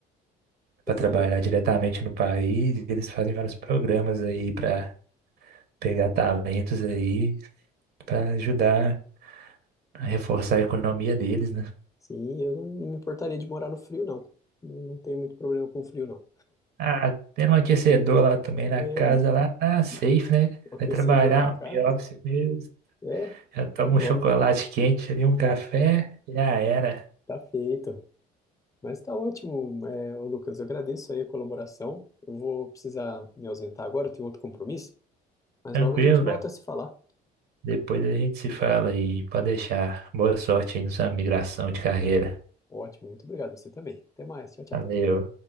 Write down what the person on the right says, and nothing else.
para trabalhar
diretamente no país. E Eles fazem vários programas aí para pegar talentos aí para ajudar a reforçar a economia deles, né?
Ah, tendo um aquecedor lá também na
casa lá, ah, safe,
né?
Vai trabalhar,
home office mesmo.
Já toma
um chocolate quente ali, um café, já era.
Tranquilo,
Léo.
Depois a gente se fala aí, pode deixar. Boa sorte aí na sua migração de carreira.
Valeu.